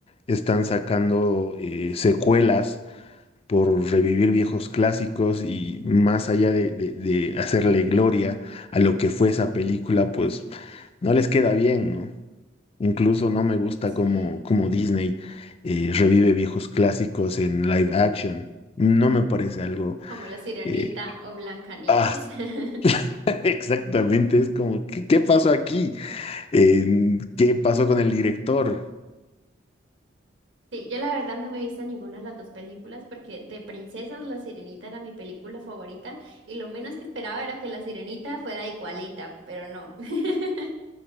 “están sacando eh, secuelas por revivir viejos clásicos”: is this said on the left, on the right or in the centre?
Left